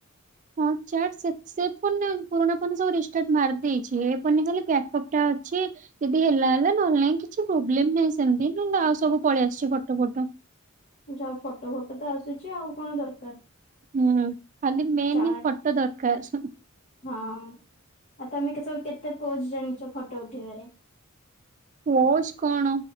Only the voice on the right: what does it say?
ହଁ ଚାଟ୍ ସେ ସେ ଫୋନରେ ଆମ ପୁରୁଣା ଫୋନ ସବୁ ରିଷ୍ଟାର୍ଡ ମାରିଦେଇଛି ଏ ଫୋନରେ ଖାଲି ପ୍ୟାକପ ଟା ଅଛି। ଯଦି ହେଲା-ହେଲା, ନହେଲେ ନାହିଁ, କିଛି ପ୍ରୋବ୍ଲେମ ନାହିଁ ସେମିତି ନହଲେ ଆଉ ସବୁ ପଳେଇଆସିଛି, ଫଟ-ଫଟ।
ହୁଁ, ଖାଲି ମେନ୍‌
ହିଁ ଫଟୋ ଦରକାର।
ପୋଜ୍ କଣ?